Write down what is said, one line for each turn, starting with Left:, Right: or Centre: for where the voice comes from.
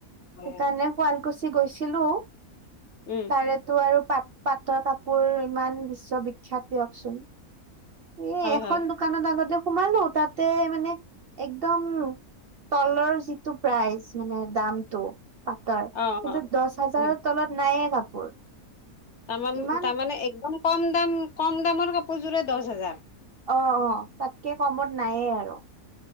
Left: হয়
Right: সেইকাৰণে
Left: হয়
Right: শুৱালকুছি গৈছিলো
Left: উম
Right: তাৰেতো আৰু পাত পাটৰ কাপোৰ ইমান বিশ্ববিখ্যাত দিয়কচোন এই
Left: হয়
Right: এখন
Left: হয়
Right: দোকানত আগতে সোমালো তাতে মানে একদম তলৰ যিটো প্ৰাইচ মানে দামটো ৰ কিন্তু
Left: অ অ
Right: দহ হাজাৰৰ
Left: হয়,
Right: তলত নাইে কাপোৰ
Left: তাৰ
Right: ইমান
Left: তাৰমানে একদম কম দাম কম দামৰ কাপোৰযোৰে দহ হাজাৰ
Right: অ অ তাতকে কমত নায়ে আৰু